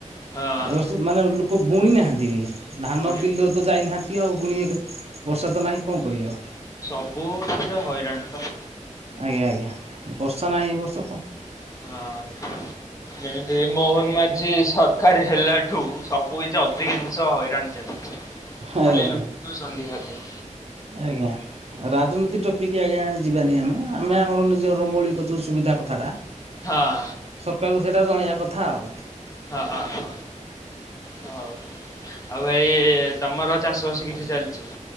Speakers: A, on the left; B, on the right.
A: ହଁ
B: ଏବର୍ଷ ମାନେ ଲୁକ ବୁଣି ନାହାନ୍ତି ବି। ଧାନ
A: ପୁଣି
B: ବିଲ ତ ଯାଇନାହାନ୍ତି ଆଉ ବୁଣିବେ କେ ବର୍ଷା ତ ନାହିଁ କଣ କରିବେ ଆଉ।
A: ସବୁଥିରେ ହଇରାଣ ବା।
B: ଆଜ୍ଞା ଆଜ୍ଞା, ବର୍ଷା ନାହିଁ ଏ ବର୍ଷ କ
A: ହଁ ଯେମିତି ମୋହନ ମାଝ ଝି ସରକାର ହେଲାଠୁ ସବୁ କିଛି ଅଧିକାଂଷ ହଇରାଣ ଚାଲିଛି। ଖାଲି
B: ଆଜ୍ଞା ଆଜ୍ଞା
A: ଲୁୁଟୁସନ୍ତି ଖାଲି।
B: ଆଜ୍ଞା। ରାଜନୀତି ଟପିକି ଆଜ୍ଞା ଯିବାନି ଆମେ ଆମେ ଆମର ନିଜର ମୌଳିକ ଯୋଉ ସୁବିଧା କଥାଟା
A: ହଁ
B: ସରକାରକୁ ସେଇଟା ଜଣେଇବା କଥା ଆଉ।
A: ହଁ ହଁ ହଁ। ହଉ, ଆଉ ଭାଇ ତମର ଚାଷ ବାସ କିଛି ଚାଲିଚି?